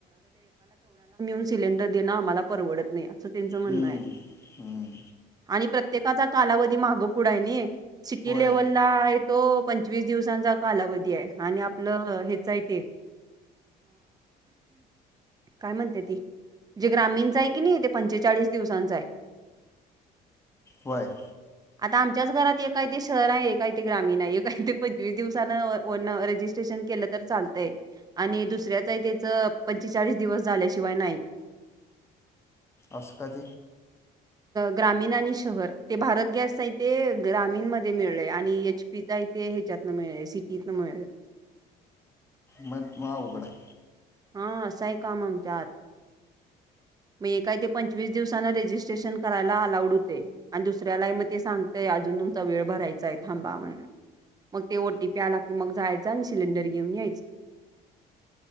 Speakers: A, on the right; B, on the left.
A: ए सिलेंडर देणं आम्हाला परवडत नाही असं त्यांचं म्हणणं
B: हम्म,
A: आहे
B: हम्म
A: आणि प्रत्येकाचा कालावधी माहागं पुढा आहे नाही सिटी
B: होय
A: लेव्हलला आहे तो पंचवीस दिवसांचा कालावधी आहे आणि आपलं हेच आहे ते काय म्हणते ती जे ग्रामीणचं आहे की नाही ते पंचेचाळीस दिवसांचं आहे
B: वय
A: <inaudible> आता आमच्याच घरात एय ते शहर आहे ए काय ते ग्रामीण आहे ए काही ते पंचवीस दिवसान ओ रजिस्ट्रेशन केलं तर चालतंय आणि दुसऱ्याचही त्याच पंचेचाळीस दिवस झाल्याशिवाय नाही
B: असशं कध
A: ग्रामीण आणि शहर ते भारत गॅस नाही ते ग्रामीणमध्ये मिळ आणिच पिता इथ ते ह्याच्यातन मिळे सिटीत न मिळे
B: म मा उघडं
A: हा सही काममच्याात मग ए काही ते पंचवीस दिवसांना रेजिस्ट्रेशन करायला अलाउड होते आणि दुसऱ्याला मग ते सांगतय अजून तुमचा वेळ भरायचाय थांबा म्हणून मग ते ओटीपी आला की मग जायचं आणि सिलेंडर घेऊन यायचं